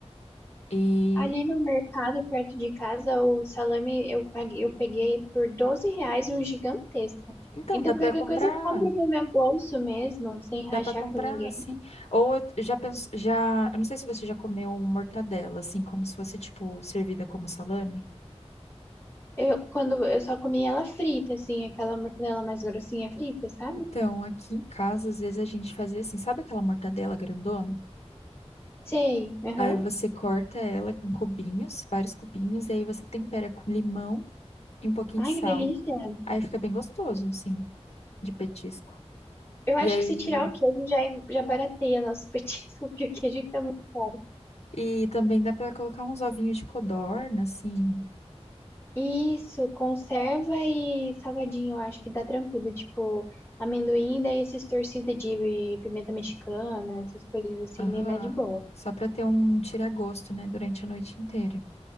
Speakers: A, on the left; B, on the left.
A: E
B: Ali no mercado, perto de casa, o salame eu paguei, eu peguei por 12 reais um gigantesco.
A: então
B: Então
A: dá
B: qualquer
A: pra comprar,
B: coisa eu compro do meu bolso mesmo, sem rachar
A: dá pra comprar,
B: com ninguém.
A: assim. Ou eu já penso, já, eu não sei se você já comeu mortadela, assim, como se fosse tipo servida como salame.
B: Eu, quando eu só comia ela frita, assim, aquela mortadela mais grossinha frita, sabe?
A: Então, aqui em casa, às vezes a gente fazia assim, sabe aquela mortadela grandona?
B: Sei. Aham.
A: Aí você corta ela em cubinhos, vários cubinhos, e aí você tempera com limão e um pouquinho
B: Ai,
A: de sal.
B: que delícia.
A: Aí fica bem gostoso, assim, de petisco.
B: Eu acho
A: E aí,
B: que se tirar o queijo já, é, já barateia nosso <laughs> petisco, porque o queijo tá muito caro.
A: e também dá pra colocar uns ovinhos de codorna, assim,
B: Isso, conserva e salgadinho, eu acho que dá tranquilo. Tipo, amendoim, daí esses torcidos de pimenta mexicana, essas coisas assim,
A: aham,
B: daí dá de boa.
A: só pra ter um tira-gosto, né, durante a noite inteira.